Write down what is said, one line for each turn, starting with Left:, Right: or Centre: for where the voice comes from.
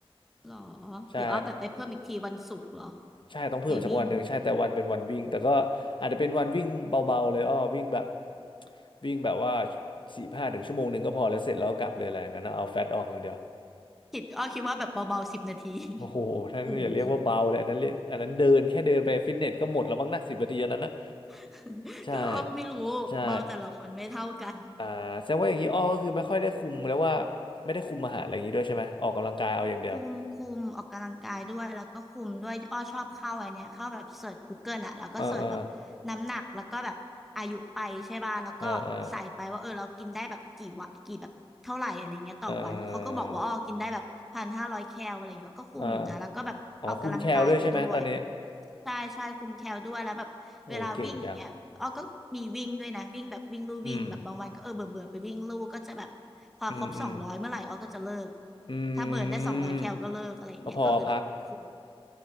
Centre: หรอ
Left: ใช่
Centre: หรืออ้อแบบไปเพิ่มอีกทีวันศุกร์เหรอ
Left: ใช่ต้องเพิ่มอีกสักวันหนึ่งใช่แต่วันเป็นวันวิ่งแต่ก็อาจจะเป็นวันวิ่งเบาๆเลยอ้อวิ่งแบบ
Centre: ไปวิ่ง
Left: วิ่งแบบว่าสี่ห้าถึงชั่วโมงหนึ่งก็พอแล้วเสร็จแล้วกลับเลยอะไรอย่างนั้นนะเอาแฟตออกอย่างเดียว
Centre: คิดอ้อคิดว่าแบบเบาๆสิบนาที
Left: โอ้โหท่านอย่าเรียกว่าเบาเลยอันนั้นเรียกอันนั้นเดินแค่เดินไปฟิตเนสก็หมดแล้วมั้งนะสิบนาทีอันนั้นนะ
Centre: <laughs> โอ้โห <laughs>
Left: ใช่
Centre: ก็อ้อไม่รู้เบาแต่ละคนไม่เท่ากัน
Left: ใช่อ่าแสดงว่าอย่างนี้อ้อก็คือไม่ค่อยได้คุมแล้วว่าไม่ได้คุมอาหารอะไรอย่างนี้ด้วยใช่ไหมออกกำลังกายเอาอย่างเดียว
Centre: คุมคุมออกกำลังกายด้วยแล้วก็คุมด้วยอ้อชอบเข้าอันเนี้ยเข้าแบบเสิร์ช g o เกิ e อะแล้วก็เสิร์ชแบบน้ำหนักแล้วก็แบบอายุไปใช่ป่ะแล้วก็ใส่ไปว่าเออเรากินได้แบบกี่วะกี่แบบเท่าไหร่อะไรเงี้ยต่อวันเขาก็บอกว่าอ้อกินได้แบบพันห้าร้อยแคลอะไรเงี้ยก็คุมอยู่นะแล้วก็แบบออกกำลังกายไปด้วย
Left: เออเออเออเออเออเอออ๋อคุมแคลด้วยใช่ไหมตอนนี้
Centre: ใช่ใช่คุมแคลด้วยแล้วแบบเวลาวิ่งอย่างเงี้ยอ้อก็มีวิ่งด้วยนะวิ่งแบบวิ่งลู่วิ่งแบบบางวันก็เออเบื่อเบื่อไปวิ่งลู่ก็จะแบบพอครบสองร้อยเมื่อไหร่อ้อก็จะเลิก
Left: เออเก่งจัง อืมอืมอืมอื
Centre: ถ้าเบิร์นได้สองร้อยแคลก็เลิกอะไรอย่างเงี้ยก็คือแบบคุม
Left: มก็พอพัก